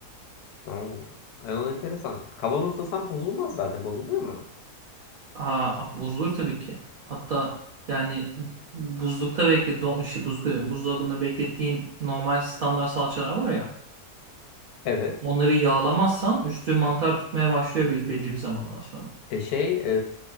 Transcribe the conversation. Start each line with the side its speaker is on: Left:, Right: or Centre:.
Left: Aa, e, o enteresan. Kavanozlasan bozulmaz zaten. Bozuluyor mu?
Right: Aa, bozulur tabii ki. Hatta yani buzlukta bekle, don, işte buzlukta diyorum, buzdolabında beklettiğin normal standart salçalar var ya.
Left: Evet.
Right: Onları yağlamazsan üstü mantar tutmaya başlıyor bir, belli bir zamandan sonra.
Left: E şey e,